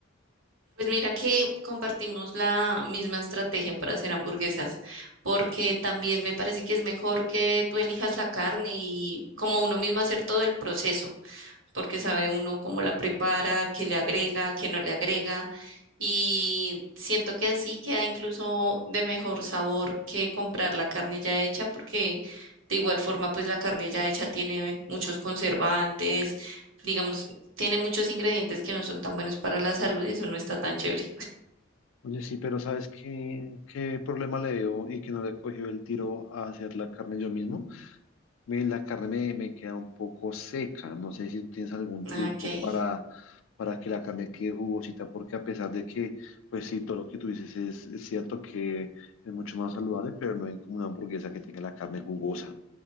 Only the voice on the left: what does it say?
Oye, sí, pero ¿sabes qué, qué problema le veo y que no le he cogido el tiro a hacer la carne yo mismo? me- la carne me, me queda un poco seca. No sé si tú tienes algún truco
para, para que la carne quede jugosita, porque a pesar de que, pues sí, todo lo que tú dices es, es cierto que es mucho más saludable, pero no hay como una hamburguesa que tenga la carne jugosa,